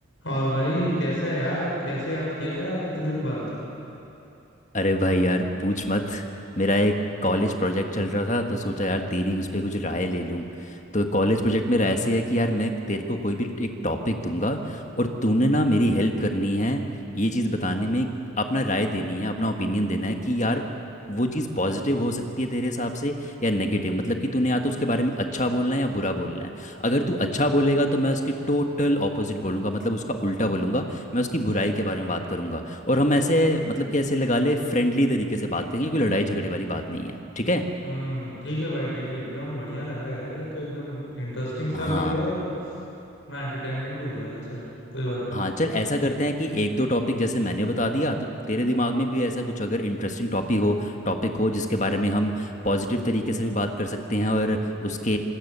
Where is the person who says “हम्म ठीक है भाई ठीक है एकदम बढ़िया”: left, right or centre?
Left